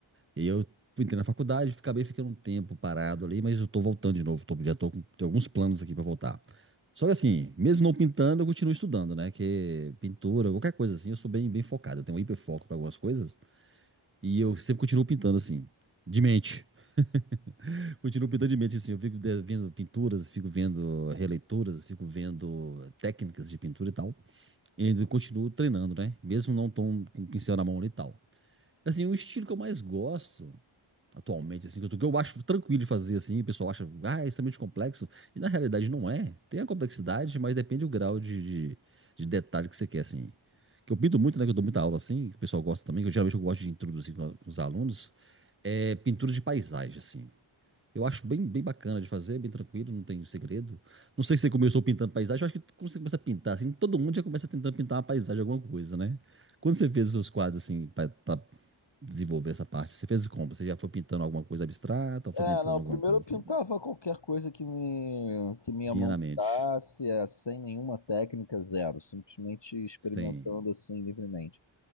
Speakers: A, on the right (about 25°); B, on the left (about 60°).
A: E eu entrei na faculdade, acabei ficando um tempo parado ali, mas eu tô voltando de novo, tô, já tô com tenho alguns planos aqui pra voltar. Só que assim, mesmo não pintando, eu continuo estudando, né? Que pintura, qualquer coisa assim, eu sou bem, bem focado, eu tenho um hiperfoco pra algumas coisas. E eu sempre continuo pintando assim, de mente. <laughs> Continuo pintando de mente assim. Eu fico de- vendo pinturas, fico vendo releituras, fico vendo técnicas de pintura e tal. E ainda continuo treinando, né? Mesmo não tão com o pincel na mão ali e tal. Assim, o estilo que eu mais gosto atualmente, assim, que eu, tô- que eu acho tranquilo de fazer, assim, o pessoal acha, ah, é extremamente complexo, e na realidade não é. Tem a complexidade, mas depende do grau de, de, de detalhe que você quer, assim. Que eu pinto muito, né, que eu dou muita aula, assim, que o pessoal gosta também, que eu, geralmente eu gosto de introduzir com, a- com os alunos, é pintura de paisagem, assim. Eu acho bem, bem bacana de fazer, bem tranquilo, não tem segredo. Não sei se você começou pintando paisagem, eu acho que quando você começa a pintar, assim, todo mundo já começa tentando pintar uma paisagem, alguma coisa, né? Quando você fez os seus quadros, assim, para desenvolver essa parte? Você fez como? Você já foi pintando alguma coisa abstrata ou
B: É,
A: foi pintando
B: não,
A: alguma
B: primeiro
A: coisa
B: eu
A: assim?
B: pintava qualquer coisa que me que minha
A: Vinha
B: mão
A: na mente.
B: mandasse, é, sem nenhuma técnica, zero, simplesmente experimentando
A: Sim,
B: assim livremente.